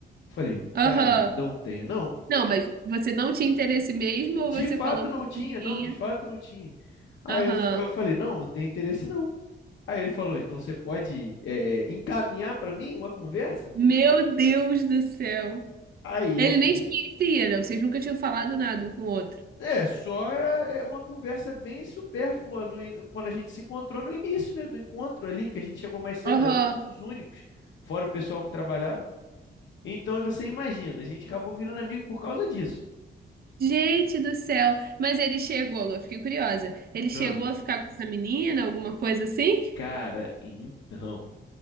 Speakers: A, on the left (about 75°); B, on the right (about 55°).
A: Eu falei,
B: aham.
A: cara, não tenho, não.
B: Não, mas você não tinha interesse mesmo ou
A: De
B: você
A: fato
B: falou
A: não
B: que
A: tinha,
B: não
A: não,
B: tinha?
A: de fato não tinha. Aí
B: Aham.
A: eu, eu falei, não, não tem interesse não. Aí ele falou, então você pode é, encaminhar para mim uma conversa?
B: Meu Deus do céu.
A: Aí eu
B: Ele
A: fui.
B: nem te conhecia, não. Vocês nunca tinham falado nada um com o outro.
A: É, só é é uma conversa bem supérflua no in- quando a gente se encontrou no início, né, do encontro ali, que a gente chegou mais cedo,
B: Aham.
A: éramos os únicos, fora o pessoal que trabalhava. Então você imagina, a gente acabou virando amigo por causa disso.
B: Gente do céu! Mas ele chegou, eu fiquei curiosa. Ele chegou
A: Ah.
B: a ficar com essa menina, alguma coisa assim?
A: Cara, então,